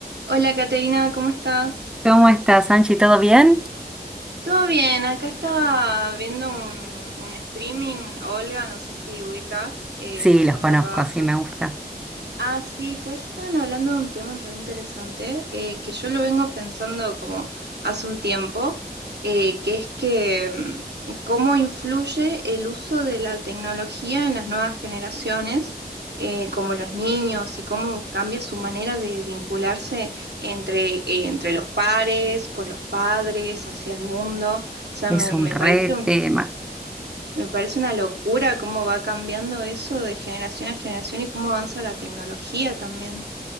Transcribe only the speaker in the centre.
¿Cómo estás, Angie? ¿Todo bien?
Sí,
los conozco,
sí me gusta.
Es
un re
tema.